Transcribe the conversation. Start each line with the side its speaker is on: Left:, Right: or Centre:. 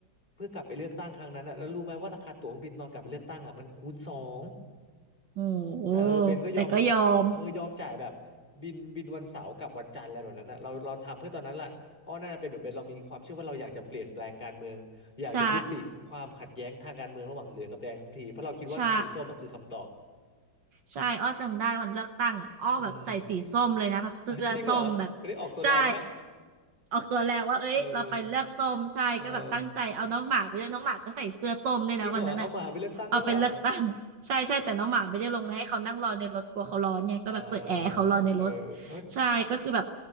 Left: เพื่อกลับไปเลือกตั้งครั้งนั้นอะแล้วรู้ไหมว่าราคาตั๋วเครื่องบินตอนกลับไปเลือกตั้งอะมันคูณสอง
Right: โอ้โห
Left: แต่เออเบนก็ยอม
Right: แต่ก็ยอม
Left: เออยอมจ่ายแบบบินบินวันเสาร์กับวันจันทร์อะไรแบบนั้นนะเราเราทำเพื่อตอนนั้นล่ะอ้อน่าจะเป็นเหมือนเบนเรามีความเชื่อว่าเราอยากจะเปลี่ยนแปลงการเมืองอยากจะยุติความขัดแย้งทางการเมืองระหว่างเหลืองกับแดงสักทีเพราะเราคิดว่าสีส้มอะคือคำตอบ
Right: ใช่ใช่ ใช่อ้อจำได้วันเลือกตั้งอะอ้อแบบใส่สีส้มเลยนะแบบเสื้อส้มแบบ
Left: อืมอ่ะจริงเหรอไม่ได้ออกตัวแรงกันนะ
Right: ใช่ออกตัวแรงว่าเอ้ยเราไปเลือกส้มใช่ก็แบบตั้งใจเอาน้องหมาไปด้วยน้องหมาก็ใส่เสื้อส้มด้วยนะวันนั้นอะ
Left: เออเออจริงเหรอเอาหมาไปเลือกตั้งด้วยเหรอ
Right: เอาไปเลือกตั้งใช่ใช่แต่น้องหมาไม่ได้ลงนะให้เขานั่งรอในรถกลัวเขาร้อนไงก็แบบเปิดแอร์ให้เขารอในรถ
Left: อ่าเออเออ
Right: ใช่ก็คือแบบ